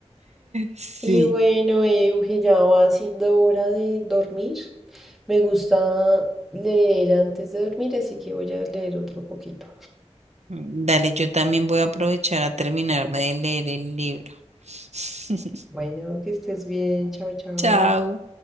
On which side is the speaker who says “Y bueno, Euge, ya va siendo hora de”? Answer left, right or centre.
Centre